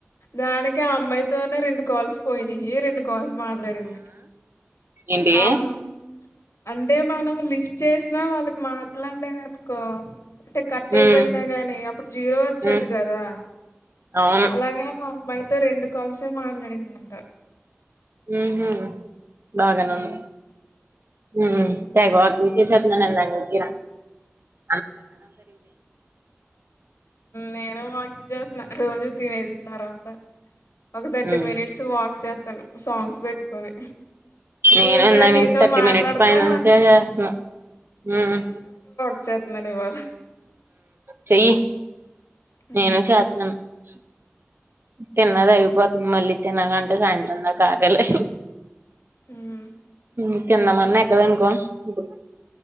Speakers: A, on the left (about 80°); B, on the right (about 55°).
A: దానికి ఆ అమ్మాయి తోనే రెండు కాల్స్ పోయినయీ రెండు కాల్స్ మాట్లాడింది
B: ఏంటీ
A: అమ్ అంటే మనం లిఫ్ట్ చేసినా వాళ్ళిక మాట్లాడ్లేదు అనుకో అంటే కట్
B: హ్మ్.
A: అయిపోయినా గాని అప్పుడు జీరో ఒచ్చేది
B: హ్మ్.
A: గదా
B: అవును.
A: అలాగా అమ్మాయితో రెండు కాల్సే మాట్లాడిందంట
B: ఊహు బాగానన్ను
A: హ్మ్.
B: ఊ హూ దే గాట్ <unintelligible>
A: నేనూ వాక్ చేస్తున్న రోజు తినేసిన్ తర్వాత ఒక థర్టీ
B: హ్మ్.
A: మినిట్స్ వాక్ చేత్ తను సాంగ్స్ పెట్టుకొని
B: నేనూ
A: ఇప్పుడే
B: ఇందాక నుంచి
A: నీతో
B: థర్టీ
A: మాట్లాడతా
B: మినిట్స్ పైన నుంచే చేస్తున్న ఉమ్మ్
A: చె ఇవాళ
B: చెయ్యి
A: ఉమ్
B: నేను చెత్తను స తిన్నది అరిగిపోద్ది మళ్ళీ తినాలంటే సాయంత్రం దాకా ఆగాలి
A: ఉమ్.
B: త్తిందం మన్నా ఎక్కదనుకో బ